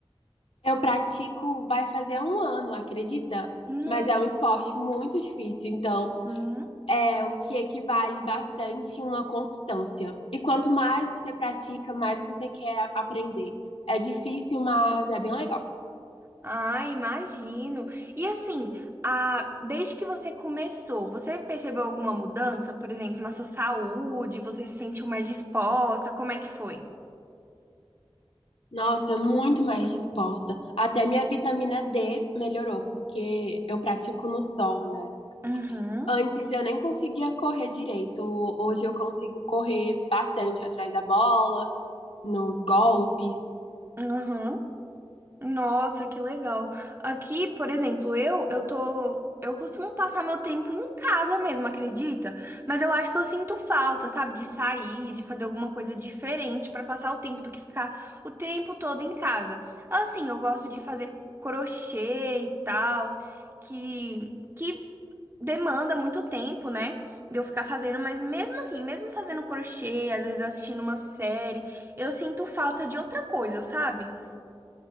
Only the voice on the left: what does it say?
Eu pratico, vai fazer um ano, acredita?
Mas é um esporte muito difícil, então
é o que equivale bastante a uma constância. E quanto mais você pratica, mais você quer aprender. É difícil, mas é bem legal.
Nossa, muito mais disposta. Até minha vitamina D melhorou, porque eu pratico no sol, né?
Antes eu nem conseguia correr direito. Hoje eu consigo correr bastante atrás da bola, nos golpes.